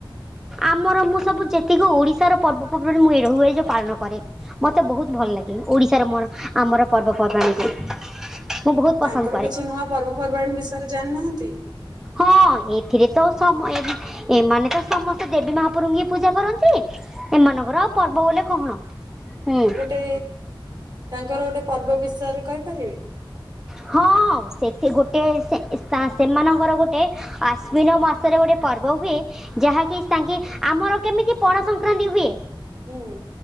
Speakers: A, in the centre; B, on the right (about 50°).
A: ଆମର ମୁଁ ସବୁ ଯେତିକ ଓଡିଶାର ପର୍ବପର୍ବାଣି, ମୁଁ ଏରା ହୁଏ ଯେ ପାଳନ କରେ। ମୋତେ ବହୁତ ଭଲ ଲାଗେ। ଓଡ଼ିଶାର ମୋର ଆମର ପର୍ବପର୍ବାଣିକୁ। ମୁଁ ବହୁତ ପସନ୍ଦ
B: ତାଙ୍କର
A: କରେ।
B: କିଛି ନୂଆ ପର୍ବପର୍ବାଣି ବିଷୟରେ ଜାଣିନାହାଁନ୍ତି?
A: ହଁ, ଏଥିରେ ତ ସମୟେନ୍ ଏମାନେ ତ ସମସ୍ତେ ଦେବୀ ମହାପୁରୁଙ୍କୁ ହି ପୂଜା କରନ୍ତି। ଏମାନଙ୍କର ଆଉ ପର୍ବ ବୋଲି କହଣ? ହୁଁ।
B: ହେ। ତାଙ୍କର ଗୋଟେ ପର୍ବ ବିଷୟରେ କହିପାରିବେ?
A: ହଁ, ସେଥି ଗୋଟେ ସେ-ସା-ସେମାନଙ୍କର ଗୋଟେ ଆଶ୍ୱିନ ମାସରେ ଗୋଟେ ପର୍ବ ହୁଏ, ଯାହାକି ତାଙ୍କେ ଆମର କେମିତି ପଣା ସଂକ୍ରାନ୍ତି ହୁଏ?
B: ହୁଁ।